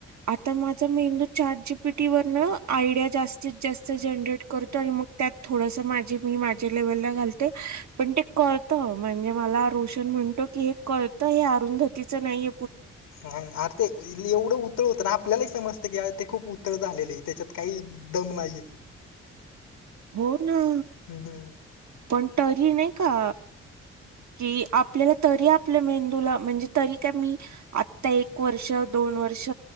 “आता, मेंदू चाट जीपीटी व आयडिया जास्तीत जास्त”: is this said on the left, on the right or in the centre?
Right